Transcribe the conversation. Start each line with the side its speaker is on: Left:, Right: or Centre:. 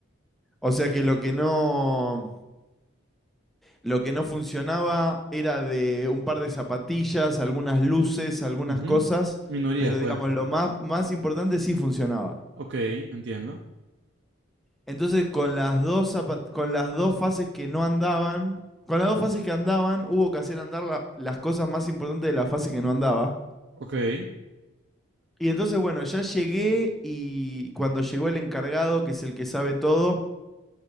Centre: O sea que lo que no, lo que no funcionaba era de un par de zapatillas, algunas luces, algunas
Right: ujú.
Centre: cosas,
Right: Minorías,
Centre: pero
Right: pues.
Centre: digamos, lo más, más importante sí funcionaba.
Right: Ok, entiendo.
Centre: Entonces, con las dos zapa- con las dos fases que no andaban, con las dos fases que andaban, hubo que hacer andar la- las cosas más importantes de la fase que no andaba.
Right: Ok. En,
Centre: Y entonces, bueno, ya llegué y cuando llegó el encargado, que es el que sabe todo,